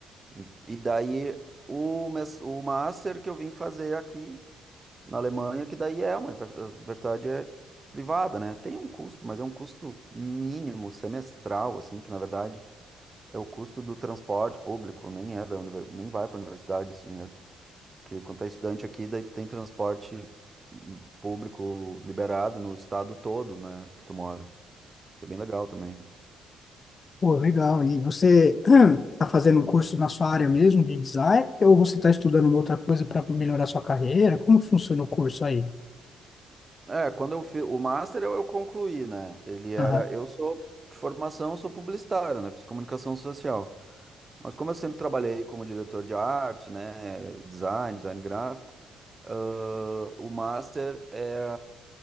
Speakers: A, on the right; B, on the left.
A: E e daí o, mes- o master que eu vim fazer aqui na Alemanha, que daí é uma univers- a universidade é privada, né? Tem um custo, mas é um custo mínimo semestral, assim, que na verdade é o custo do transporte público, nem é da univer- nem vai para a universidade esse dinheiro. Porque quando é estudante aqui, daí tu tem transporte hum, público liberado no estado todo, né, que tu mora. Isso é bem legal também.
B: Pô, legal. E você <clears throat> tá fazendo um curso na sua área mesmo de design ou você está estudando uma outra coisa para melhorar sua carreira? Como que funciona o curso aí?
A: É, quando eu fiz o master eu, eu concluí, né? Ele era,
B: Aham,
A: eu sou de formação, eu sou publicitário, né? Fiz comunicação social. Mas como eu sempre trabalhei como diretor de arte, né, design, design gráfico, ãh, o master é,